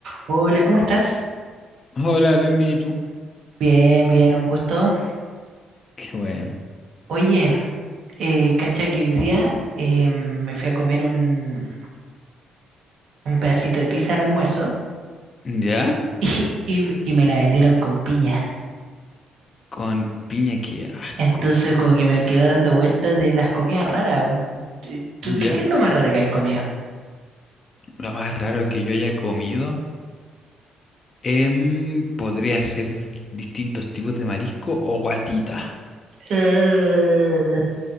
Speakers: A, on the right; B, on the left.
A: Hola, ¿cómo estás?
B: Hola, bien, bien, ¿y tú?
A: Bien, bien, un gusto.
B: Qué bueno.
A: Oye, eh, cacha que hoy día eh, me fui a comer un, un pedacito de pizza al almuerzo
B: ¿Ya?
A: <laughs> y, y me y me la vendieron con piña.
B: Con piña, qué asco.
A: Entonces como que me quedo dando vueltas de las comidas raras. ¿Tú tú
B: ¿Ya?
A: qué, qué es lo más raro que hay comido?
B: Lo más raro que yo haya comido em, podría ser distintos tipos de marisco o guatita.
A: Eh,